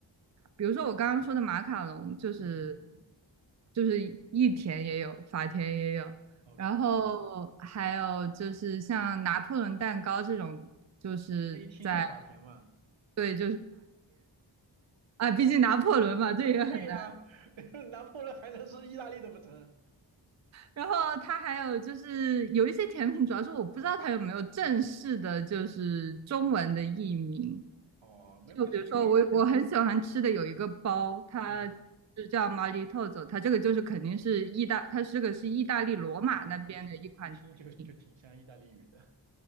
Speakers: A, on the right; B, on the right.
A: 比如说我刚刚说的马卡龙，就是
B: 嗯嗯嗯
A: 就是意甜也有，法甜也有，
B: ，OK，
A: 然后还有就是像拿破仑蛋糕这种，就是在
B: 那一听就是法田嘛。
A: 对啊，毕竟拿破仑嘛，
B: <laughs>
A: 这也很难。
B: 对呀、<laughs> 拿破仑还能是意大利的不成？
A: 然后它还有就是有一些甜品，主要是我不知道它有没有正式的，就是中文的译名。
B: 哦，没关系，
A: 就比如说我我很喜欢吃的有一个包，
B: 你可以，
A: 它就叫
B: 嗯
A: m 里透 i 它这个就是肯定是意大，它这个是意大利罗马那边的一款甜品。
B: 啊，一听一听就就挺像意大利语的，